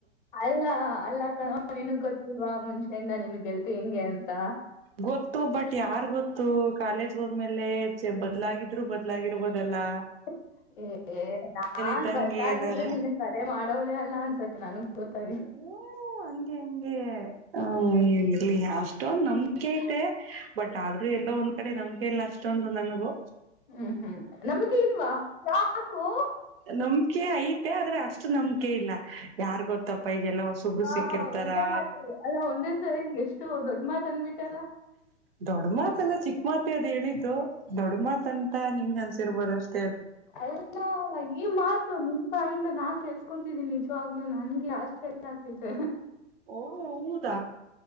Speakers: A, on the left; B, on the right.
A: ಅಲ್ಲ ಅಲ್ಲ ಕಣೋ ನಿನಗೆ ಗೊತ್ತಿಲ್ವಾ ಮುಂಚೆಯಿಂದನು ನಿನ್ನ ಗೆಳತಿ ಹೆಂಗೆ ಅಂತ.
B: ಗೊತ್ತು ಬಟ್ ಯಾರ್ ಗೊತ್ತು ಕಾಲೇಜ್ ಹೋದ್ಮೇಲೆ ಬದ್ಲಾಗಿದ್ರು ಬದ್ಲಾಗಿರ್ಬೋದಲ್ಲಾ.
A: <unintelligible> ಏ ನಾನ್
B: ಇದ್ದಂಗೆ
A: ಬಸಾಗಿದ್ರೆ
B: ಇರೋದು
A: ನಿನ್ ಕರೆ ಮಾಡೋಳೇ ಅಲ್ಲಾ ಅನ್ಸತ್ ನನ್ಗ್ ಗೊತ್ತಾಗಲಿ.
B: ಹ್ಮ ಹಂಗೆ ಹಂಗೆ ಹು. ಇಗ್ಲಿ ಅಷ್ಟೊಂದ ನಂಬಿಕೆ ಐತೆ ಬಟ್ ಆದ್ರೂ ಎಲ್ಲೋ ಒಂದ್ ಕಡೆ ನಂಬಿಕೆ ಇಲ್ಲ ಅಷ್ಟೊಂದು ನನಗು.
A: ಹ್ಮ್ ಹ್ಮ್ ನಂಬಿಕೆ ಇಲ್ವಾ ಯಾಕೋ.
B: ನಂಬಿಕೆ ಐತೆ ಆದ್ರೆ ಅಷ್ಟು ನಂಬಿಕೆ ಇಲ್ಲ ಯಾರ್ ಗೊತ್ತಪ್ಪ. ಈಗ ಎಲ್ಲಾ ಹೊಸೊಬ್ರು
A: ಆ,
B: ಸಿಕ್ಕಿರ್ತಾರಾ.
A: ಒಂದೇ ಮಾತು ಅಲ್ಲ ಒಂದೇ ಸರಿ ಎಷ್ಟು ದೊಡ್ಡ ಮಾತು ಅಂದ್ಬಿಟ್ಟಲ್ಲ
B: ದೊಡ್ಡ ಮಾತು. ಎಲ್ಲ ಚಿಕ್ಕ ಮಾತೆ ಅದು ಹೇಳಿದ್ದು ದೊಡ್ಡ ಮಾತು ಅಂತ ನಿಮ್ಗೆ ಅನ್ಸಿರ್ಬೋದು ಅಷ್ಟೇ ಅದು.
A: ಎಲ್ಲ ಈ ಮಾತು ನಿನ್ ಬಾಯಿಂದ ನಾ ಕೇಳಿಸ್ಕೊತಿದೀನಿ ನಿಜವಾಗ್ಲುೂ ನನ್ಗೆ ಆಶ್ಚರ್ಯ. ಆಗತೈತೆ.
B: ಓಹೋ ಹೌದ